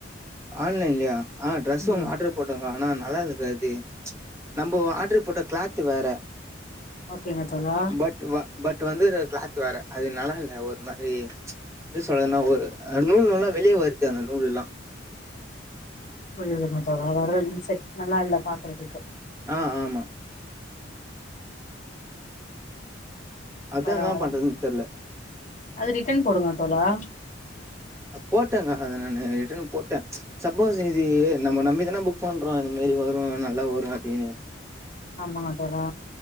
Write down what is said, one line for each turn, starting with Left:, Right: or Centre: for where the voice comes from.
Right: ஆன்லைன்லயா ஆ ட்ரெஸ் ஒன்னு
Left: ம்
Right: ஆர்ட்ரு போட்டங்க்கா ஆனா ந ல்லா இல்லக்கா அது நம்போ ஆர்ட்ரு போட்ட கிளாத்து வேற
Left: ஓகேங்க தோழா
Right: பட் வ பட் வந்து அது கிளாத் வேற அது நல்லா இல்ல ஒரு மாரி எப்டி சொல்றதுன்னா ஒரு ஆ நூல் நூலா வெளிய வருது அந்த நூல் எல்லா
Left: புரியுதுங்க தோழா வர <unintelligible> நல்லா இல்ல பாக்கறதுக்கு
Right: ஆ ஆமா அதா
Left: பரவால்ல
Right: என்னா பண்றதுன்னு தெர்ல
Left: அது ரிட்டன் போடுங்க தோழா
Right: அ போட்டங்க்கா அத நானு ரிட்டர்ன் போட்டே. சப்போஸ் இது நம்ம நம்பிதான புக் பண்றோ இந்த மாரி வரு நல்லா வரு அப்டின்னு.
Left: ஆமாங்க தோழா